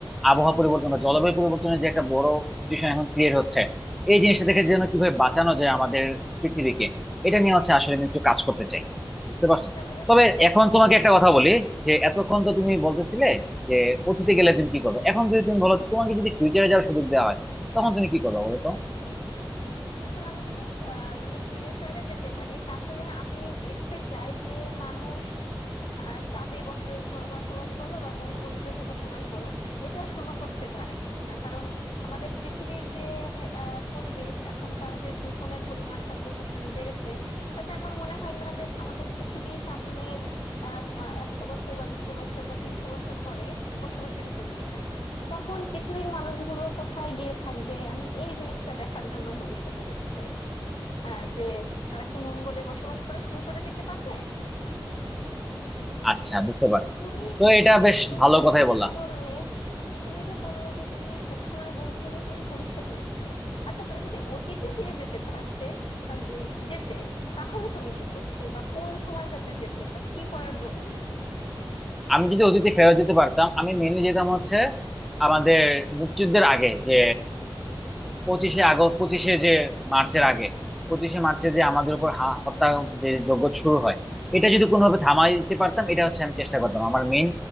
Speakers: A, in the centre; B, on the left.
A: আবহাওয়া পরিবর্তন বা জলবায়ু পরিবর্তনের যে একটা বড় সিচুয়েশন এখন ক্রিয়েট হচ্ছে এই জিনিসটা থেকে যেন কিভাবে বাঁচানো যায় আমাদের পৃথিবীকে এটা নিয়ে হচ্ছে আসলে আমি একটু কাজ করতে চাই বুঝতে পারছো
B: তার মানে
A: তবে
B: তুমি বলতে
A: এখন
B: চাচ্ছো
A: তোমাকে একটা কথা
B: যে
A: বলি যে এতক্ষণ তো তুমি বলতেছিলে যে অতীতে গেলে তুমি কি করবে এখন যদি তুমি বলো তোমাকে যদি ফিউচারে যাওয়ার সুযোগ দেওয়া হয় তখন তুমি কি করবে বলো তো
B: আসলে আমি যদি আহ, মানে ফিউচারে যেতে পারি তাহলে আমি দেখতে চাই যে মানুষ আহ, চাঁদে বস- বসবাস বলো বা মঙ্গল গ্রহে বসবাস বলো এটা শুরু করতে পারে কিনা কারণ আমাদের পৃথিবীর যে আহ, পরিবেশ এখনকার যে দূষণের পরিমাণটা যে পরিমাণে বেড়েছে তাতে আমার মনে হয় না যে আমাদের পৃথিবী সামনের আহ একশো বছর বা দুশো বছর বা তিনশো বছর পরে বসবাসের উপযোগী থাকবে তখন পৃথিবীর মানুষগুলো কোথায় গিয়ে থাকবে আমি এই জিনিসটা দেখার জন্য ভবিষ্যতে যেতে চাই হ্যাঁ যে তারা কি মঙ্গলে বসবাস করা শুরু করে দিতে পারবে
A: আচ্ছা বুঝতে
B: তো
A: পারছি
B: তুমি
A: তো এটা বেশ
B: তুমি
A: ভালো
B: যদি
A: কথাই
B: তুমি
A: বললাম
B: তো বললে তুমি যে বললে যে তুমি সবসময় বলছো যে তুমি ভবিষ্যতে যেতে চাও আচ্ছা তুমি যদি অতীতে ফিরে যেতে পারতে বা যে- যেতে তাহলে তুমি কি করতে বা কোন সময়টাতে যেতে বা কি করার জন্য যেতে
A: আমি যদি অতীতে ফেরত যেতে পারতাম আমি মেনলি যেতাম হচ্ছে আমাদের মুক্তিযুদ্ধের আগে যে পঁচিশে আগস্ট পঁচিশে যে মার্চের আগে পঁচিশে মার্চে যে আমাদের উপর হা- হত্যা যে যজ্ঞ শুরু হয় এটা যদি কোনোভাবে থামাইতে
B: আচ্ছা,
A: পারতাম এটা হচ্ছে আমি চেষ্টা করতাম আমার মেইন